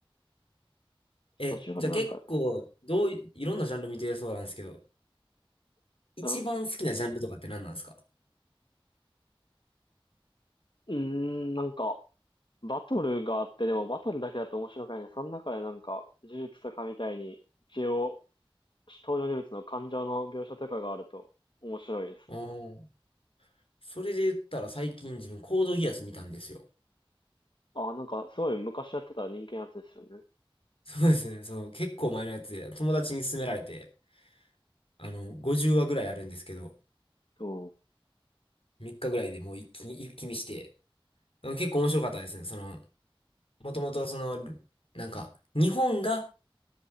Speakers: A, on the left; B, on the left.
A: え、
B: 途中からなんか、
A: じゃあ結構、どうい、いろんなジャンル見てるそうなんですけど、一番好きなジャンルとかって何なんですか
B: うん、うーん、なんか、バトルがあって、でもバトルだけだと面白くないね。その中でなんか、呪術とかみたいに、一応、登場人物の感情の描写とかがあると面白いですね。
A: ああー、それで言ったら最近自分コードギアス見たんですよ。
B: ああ、なんか、すごい昔やってた人気のやつですよね。
A: そうですね、その結構前のやつで友達に勧められて、あの、50話ぐらいあるんですけど、
B: そ
A: 3日ぐらいでもう一気に、一気見して、うん結構面白かったですね。その、もともとその、なんか、日本が